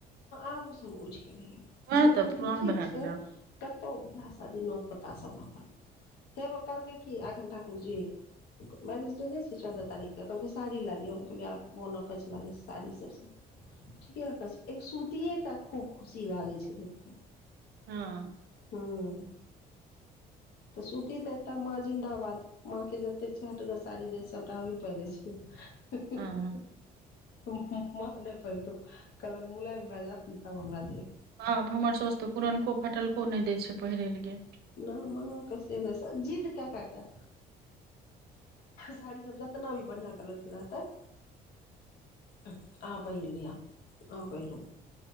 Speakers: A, on the left (about 70°); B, on the right (about 70°).
A: आब ओसभ उठि गेलैय
B: वएह
A: लेकिन
B: तऽ पुरान
A: ठीक
B: भए
A: छै
B: गेलै
A: कतौ बियाह सादी नोत पता सब अपन हेव कहलके की एखन ठाकुर जी मैरिजडे नहि छै चौदह तारीखके कलक साड़ी ला लियो कहलिये आब मोन अकछ लागे छै साड़ी सब सऽ ठीके अगछ एगो सुतिये टा खूब खुशी लागे छै देखकऽ
B: हँ
A: हुँ
B: <inaudible>
A: तऽ सुती एतऽ माँ जिन्दाबाद माँके जतेक छ चहटगर साड़ी रहै सभटा हमही पहिरे छियै
B: हँ हँ
A: माँ नहि पहिरतो कहलक मुलायम भए जाइत नऽ तब हमरा देब
B: आब हमर साउस तऽ पुरनको फटलको नहि दैय छै पहिरै लऽ गे
A: नै माँ कऽ से नहि से जिद्द केँ कै कऽ साड़ीसभ जेतना भी बढ़िआँ कलरके रहतै आहाँ पहिरलियऽ आहाँ पहिरू